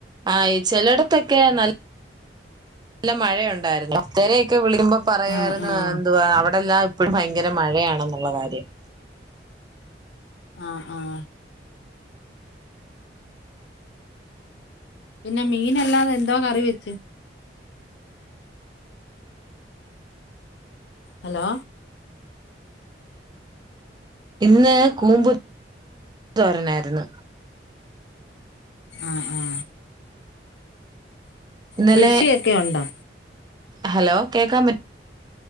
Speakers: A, on the right (about 25°); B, on the left (about 80°).
A: ആയി ചെലട്ത്തൊക്കെ ന്നല്ല ന്നല്ല മഴയുണ്ടായിരുന്നു ഒത്തരൊക്കെ വിളിക്കുമ്പോ പറയുവായിര്ന്ന്
B: ആഹ് ആഹ്
A: എന്തു വാ അവടെ ടെല്ലാം ഇപ്പഴും ഭയങ്കര മഴയാണെന്നുള്ള കാര്യം
B: ആഹ ആഹ പിന്നെ മീനല്ലാതെ എന്തോ കറി വെച്ച് ഹലോ
A: ഇന്ന് കൂമ്പ് തോരനായ്ര്ന്ന്
B: ആഹ ആ
A: ഇന്നലെ
B: കൃഷിയെക്കെ ഉണ്ടോ
A: ഹലോ കേക്കാൻ പറ്റ്